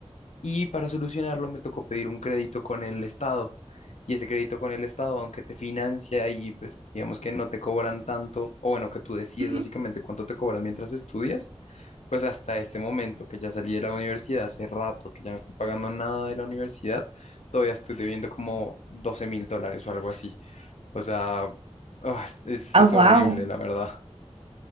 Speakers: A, on the left; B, on the right.
A: Y para solucionarlo me tocó pedir un crédito con el Estado. Y ese crédito con el Estado, aunque te financia y pues digamos que no te cobran tanto, o bueno, que tú decides
B: ujú.
A: básicamente cuánto te cobran mientras estudias, pues hasta este momento que ya salí de la universidad, hace rato que ya no estoy pagando nada de la universidad, todavía estoy debiendo como doce mil dólares o algo así. O sea, ah, es,
B: Ah,
A: es
B: wow.
A: horrible, la verdad.